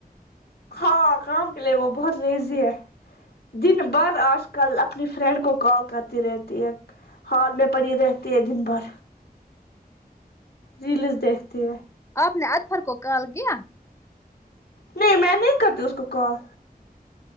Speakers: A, on the left; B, on the left.
A: ہاں کام کے لیے وہ بہت لیزی ہے دن بار آج کل اپنی فرینڈ کو کال کرتی رہتی ہے ہال میں پڑھی رہتی ہے دن بھر ریلز دیکھتے ہیں
B: آپ نے اطھر کو کال کیا
A: نہیں میں نہیں کرتی اس کو کال